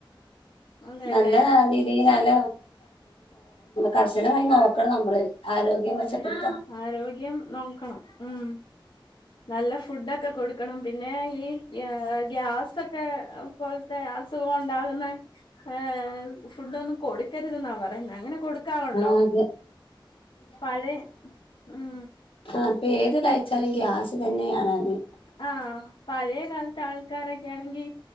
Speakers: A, on the left; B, on the left.
A: അതെല്ലേ
B: നല്ല നി ഇ നല്ല കർശനമായി നോക്കണം നമ്മള് ആരോഗ്യം മെച്ചപ്പെടുത്താം
A: അതെ ആരോഗ്യം നോക്കണം ഉം നല്ല ഫുഡൊക്കെ കൊടുക്കണം പിന്നെ ഈ ഗ്യാസൊക്കെ പോലത്തെ അസുഖം ഉണ്ടാകുന്ന ഏഹ് ഫുഡ് ഒന്നും കൊടുക്കരുതെന്നാ പറയുന്ന അങ്ങനെ കൊടു നിക്കാറുണ്ടോ
B: ആ അതെ
A: പഴയ ഉം
B: ആഹ് അപ്പൊ ഏത് കഴിച്ചാലും ഗ്യാസ് തന്നെയാണ്ന്
A: ആഹ് പഴയ കാല്ത്ത ആൾക്കാരൊക്കയാണെങ്കി.